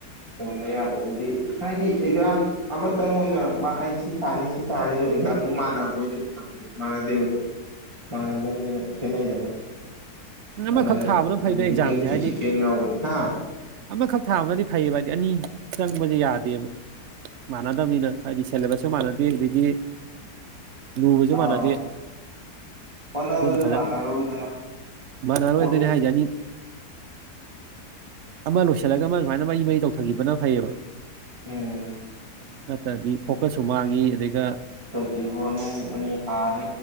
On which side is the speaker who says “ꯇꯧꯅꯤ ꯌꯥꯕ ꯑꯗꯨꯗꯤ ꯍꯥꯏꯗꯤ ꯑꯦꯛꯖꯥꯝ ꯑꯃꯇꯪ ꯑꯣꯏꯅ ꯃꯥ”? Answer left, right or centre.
Right